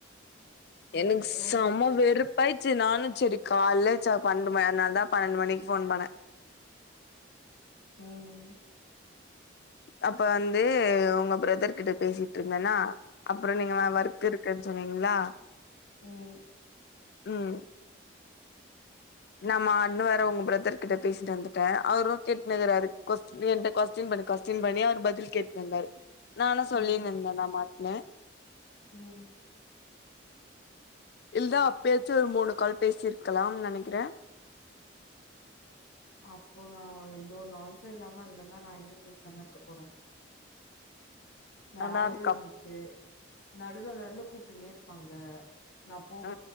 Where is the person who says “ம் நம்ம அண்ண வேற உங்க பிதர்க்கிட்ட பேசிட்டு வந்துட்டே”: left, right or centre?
Left